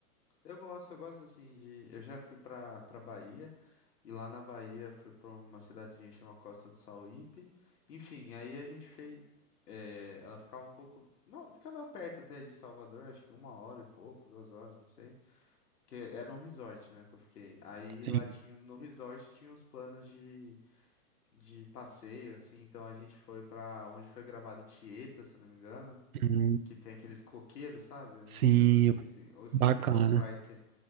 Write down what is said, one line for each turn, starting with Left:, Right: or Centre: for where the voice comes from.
Left: Eu gosto, eu gosto assim de. Eu já fui pra, pra Bahia, e lá na Bahia fui pra uma cidadezinha chamada Costa do Sauípe. Enfim, aí a gente fez. eh, ela ficava um pouco. Não, ficava perto até de Salvador, acho que uma hora e pouco, duas horas, não sei. Porque era um resort, né, que eu fiquei. Aí
Right: Sim.
Left: lá tinha. No resort tinha os planos de, de passeio, assim. Então a gente foi pra onde foi gravado Tieta, se eu não me engano.
Right: Hum,
Left: Que tem aqueles coqueiros, sabe? Eu
Right: Sim,
Left: não, eu não esqueci. Eu esqueci
Right: bacana.
Left: qual praia que é.